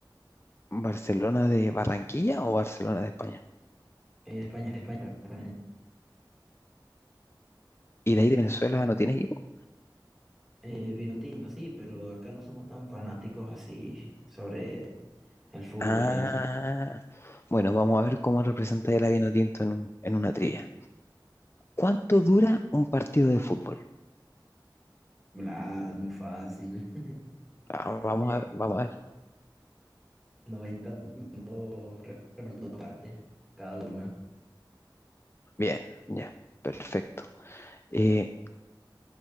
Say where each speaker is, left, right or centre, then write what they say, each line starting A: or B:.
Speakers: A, on the left (about 30°); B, in the centre.
A: ¿Barcelona de Barranquilla o Barcelona de España?
B: eh, de España, de España, perdón.
A: ¿Y de ahí de Venezuela no tiene equipo?
B: Eh, vino tinto, sí, pero acá no somos tan fanáticos así sobre el fútbol
A: Ah,
B: y eso.
A: bueno, vamos a ver cómo representa el vino en, un- en una trivia. ¿Cuánto dura un partido de fútbol?
B: Bla, muy fácil.
A: Ah, vamos a,
B: <laughs>
A: vamos a ver.
B: 90 puntos redondos aparte, cada uno.
A: Bien, ya, perfecto. Eh,